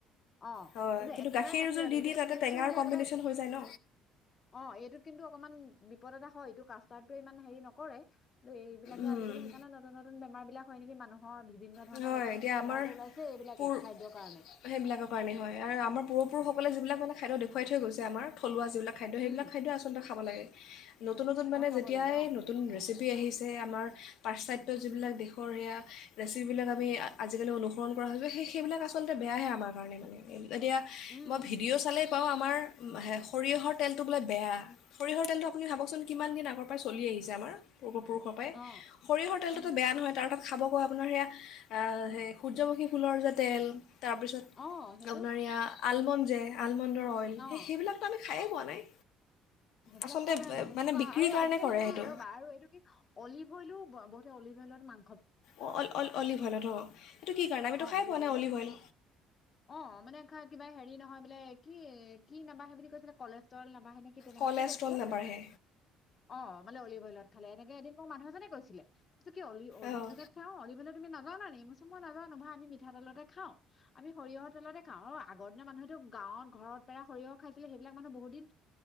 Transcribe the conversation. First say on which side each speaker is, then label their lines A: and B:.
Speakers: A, on the left; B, on the left.
A: অ'
B: হয়
A: কিন্তু একেবাৰে
B: গাখীৰ
A: গাখীৰত
B: যদি দি
A: এইটোতো
B: দিয়ে তাতে
A: ক্ৰীম
B: টেঙাৰ
A: টো হ'লে
B: কম্বিনেশ্যন
A: একেবাৰে,
B: হৈ যায় ন
A: অ' এইটোত কিন্তু অকমান বিপদ এটা হয়, এইটো কাস্টাৰ্ডটোৱে ইমান হেৰি নকৰে। এইবিলাকেজিকাল
B: উম
A: সেইকাৰণে নতুন নতুন বেমাৰিলাক হয় নেকি মানুহ? অ' বিভিন্ন ধৰণৰ
B: হয়
A: নতুন-নতুন
B: এতিয়া আমাৰ
A: বেমাৰ যে ওলাইছে এইবিলাকে
B: পুৰ
A: খাদ্যৰ কাৰণে।
B: সেইবিলাকৰ কাৰণে হয় আৰু আমাৰ পূৰ্বপুৰুষসকলে যিবিলাক মানে খাদ্য দেখুৱাই থৈ গৈছে আমাৰ, থলুৱা যিবিলাক খাদ্য
A: উম,
B: সেইবিলাক খাদ্য আচলতে খা খাব লাগে। নতুন-নতুন মানে
A: অ', খাব
B: যেতিয়া
A: লাগে
B: এই
A: অ',
B: নতুন ৰেচিপি আহিছে আমাৰ পাশ্চাত্যৰ যিবিলাক দেশৰ সেয়া যিবিলাক আমি আজিকালি অনুসৰণ কৰা হৈ, সেই-সেইবিলাক আচলতে বেয়াহে আমাৰ কাৰণে। এতিয়া
A: উম,
B: মই
A: উম,
B: ভিডিঅ'
A: উম,
B: চালেই পাওঁ আমাৰ সৰিয়হৰ তেলটো বোলে বেয়া, সৰিয়হৰ তেলটো আপুনি ভাবকচোন কিমান দিন আগৰ পৰাই চলি আহিছে আমাৰ। পূৰ্বপুৰুষৰ পৰাই,
A: অ',
B: সৰিয়হৰ তেলটোতো
A: উম,
B: বেয়া নহয় তাৰ তাত খাব পোৱা আপোনাৰ সেয়া সেই সূৰ্যমুখী ফুলৰ যে তেল তাৰপিছত
A: অ', সেইটো
B: আপোনাৰ এইয়া আলমণ্ড যে আলমণ্ড <unintelligible>
A: অ',
B: সেইবিলাক মানুহে খায়ে পোৱা নাই।
A: সেইবিলাক
B: আচলতে
A: খাই পেলাই নতুন-নতুন
B: মানে বিক্ৰীৰ
A: আৰু
B: কাৰণে
A: আজিকালি
B: কৰে
A: হেৰি
B: সেইটো
A: ৰ'বা আৰু এইটো কি অলিভইলও বহুত অলিভয়ল মা
B: অ- অল- অল- অলিভইলট অ', এইটো কি? কাৰণে আমিতো
A: অহ,
B: খাই
A: অলিভ
B: পোৱা নাই
A: অইলত
B: অইল
A: অহ, মানে কিবা হেৰি নহয় বোলে কি কি, কি নাবাঢ়ে বুলি কৈছিলে কলেষ্ট্ৰল নাবা বাঢ়ে নেকি তেনেকে
B: কলেষ্ট্ৰল
A: বুলি কৈছিলে।
B: নাবাঢ়ে
A: অহ, মানে অলিভ অইলত খালে এনেকে এদিন মোক মানুহ এজনে কৈছিলে। ছিলে এইতো কি অলি-অলিভ
B: অঁ
A: অইলত খাওঁ অলিভ অইলত তুমি নাজানা নেকি, মই কৈছোঁ মই নাজানোঁ। নহয় আমি মিঠা তেলতে খাওঁ। আমি সৰিয়হৰ তেলতে খাওঁ অহ, আগৰ দিনৰ মানুহেতো গাঁৱত ঘৰত পেৰা সৰিয়হ খাইছিলে, সেইবিলাক মানুহ বহুত দিন,